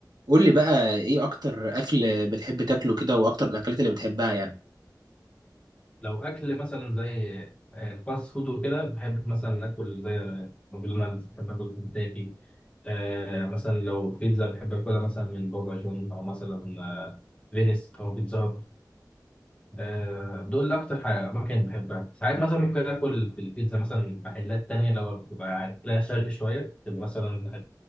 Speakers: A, on the right (about 65°); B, on the left (about 15°).
A: قول لي بقى ايه اكتر اكل بتحب تاكله كده واكتر الاكلات اللي بتحبها يعني
B: لو اكل مثلا زي آه، الفاست فود وكده بحب مثلا اكل زي ماكدونالدز بحب اكل كنتاكي آه مثلا لو بيتزا بحب اكلها مثلا من بابا جون او مثلا آه، فينيس او بيتزا هات آه دول اكتر حاجه اماكن بحبها ساعات مثلا ممكن اكل في البيتزا مثلا محلات تانية لو بتبقى اكلها شرقي شويه تبقى مثلا